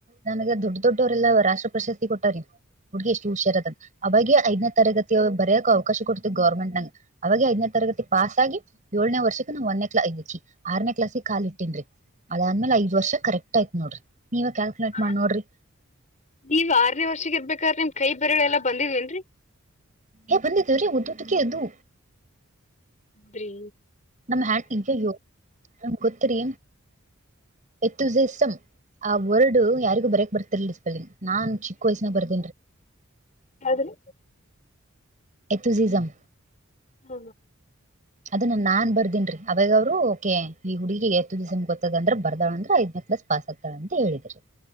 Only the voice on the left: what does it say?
ಹ
ನೀವ್ ಆರನೇ ವರ್ಷಗೆ ಇರ್ಬೇಕಾರ್ರ ನಿ ಕೈ ಬೆರಳ ಎಲ್ಲಾ ಬಂದಿದ್ವೇನ್ರರಿ
ಅ್ರಿ
ಹೌದ್ರಿ
ಹ